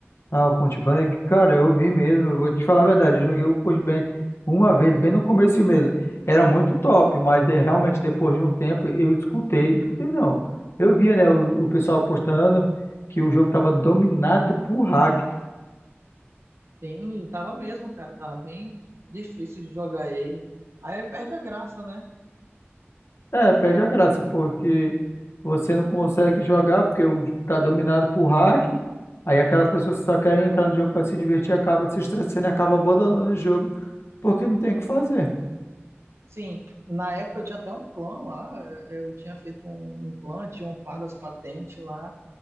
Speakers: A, on the left; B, on the right.
A: Ah, o Point Blank, cara, eu vi mesmo, eu vou te falar a verdade, eu joguei o Point Blank uma vez, bem no começo mesmo. Era muito top, mas de- realmente depois de um tempo eu escutei, escutei não. Eu via, né, o, o pessoal postando que o jogo tava dominado por hack.
B: Sim, e tava mesmo, cara, tava bem difícil de jogar ele. Aí perde a graça, né?
A: É, perde a graça, porque você não consegue jogar porque o- tá dominado por hack. Aí aquelas pessoas que só querem entrar no jogo para se divertir acaba se estressando e acaba abandonando o jogo porque não tem o que fazer.
B: Sim, na época eu tinha até um clã lá, eu eu tinha feito um, um clã, tinha upado as patentes lá,